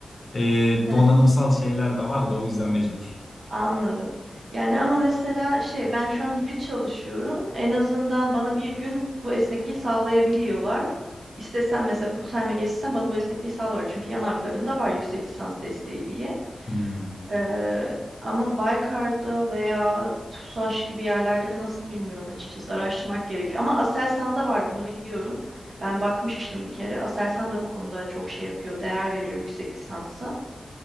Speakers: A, on the left (about 40°); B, on the right (about 65°).
A: e,
B: he.
A: donanımsal şeyler de var da o yüzden mecbur.
B: Anladım. Yani ama mesela şey ben şu an hibrit çalışıyorum. En azından bana bir gün bu esnekliği sağlayabiliyorlar. İstesem mesela full time'e geçsem bana bu esnekliği sağlıyorlar. Çünkü yan haklarında var yüksek lisans desteği diye.
A: Hmm,
B: Ee, ama Baykar'da veya TUSAŞ gibi yerlerde nasıl bilmiyorum açıkçası. Araştırmak gerekiyor. Ama Aselsan'da var bunu biliyorum. Ben bakmıştım bir kere. Aselsan da bu konuda çok şey yapıyor. Değer veriyor yüksek lisansa.